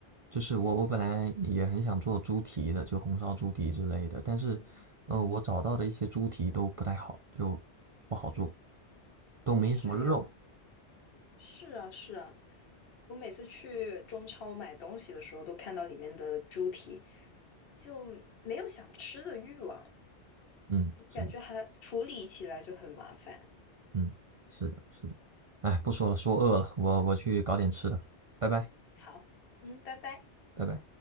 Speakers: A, on the right (about 60°); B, on the left (about 60°).
A: 就是我我本来也很想做猪蹄的，就红烧猪蹄之类的，但是，
B: 嗯嗯，
A: 呃，我找到的一些猪蹄都不太好，就不好做，都没什么肉。
B: 是呀，是啊，是啊。我每次去中超买东西的时候，都看到里面的猪蹄，就没有想吃的欲望，
A: 嗯，是的。
B: 感觉还处理起来就很麻烦。
A: 嗯，是的，是的。哎，不说了，说饿了，我我去搞点吃的，拜拜，
B: 好，嗯，拜拜。
A: 拜拜。